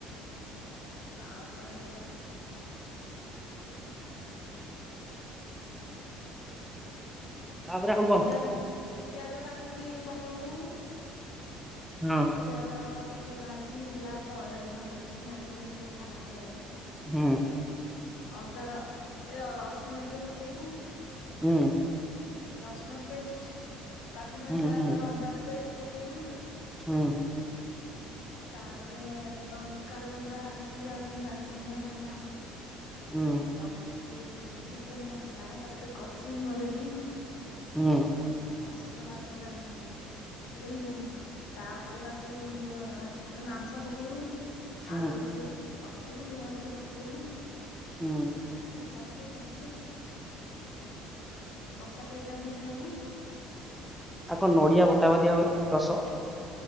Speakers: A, on the left; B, in the centre.
A: ତାପରେ
B: ତାପରେ ଆଉ କଣ
A: ପିଆଜ ପିଆଜ କାଟିକି ପକେଇବୁ।
B: ହଁ।
A: ପିଆଜ ଟିକେ ଭାଜି ହେଲା ପରେ ଭଲ କି ନାଲି ନାଲି ଦେଖା ହେଲା ପରେ
B: ହୁଁ।
A: ଅଦାର ଏ ରସୁଣ ଟିକେ ପକେଇବୁ।
B: ହୁଁ।
A: ରସୁଣ ପେଷ୍ଟ ତାକୁ ଭାଜି ସାଇଲା
B: ହୁଁ ହୁଁ
A: ପରେ ଅଦା ପେଷ୍ଟ ପକେଇବୁ।
B: ହୁଁ।
A: ତାପରେ ଲଙ୍କା ଗୁଣ୍ଡା, ଜିରା ଗୁଣ୍ଡା, ଧନିଆ ଗୁଣ୍ଡା
B: ହୁଁ।
A: ତପ କେଇକି ଚିକେନ ମସଲା ତାକୁ ଗଟେ କଷିବୁ ଭଲେକି।
B: ହୁଁ।
A: ମସଲା ପୁରା ଟିକେ ଲୁଣ ତାପରେ ତାକୁ ହେଥିରେ ମାଂସ ପକେଇବୁ।
B: ହୁଁ
A: ଆଳୁ ପକେଇବୁ କଷିବୁ ଲୁଣ ଟିକେ ପକେଇବୁ।
B: ହୁଁ।
A: କସି କସି କସି କଷା ଟିକେ କାଢ଼ିକି ଖାଇବୁ।
B: ଆଉ କଣ ନଡ଼ିଆ ବଟା ପା ଦିଆହୁଏ ରସ?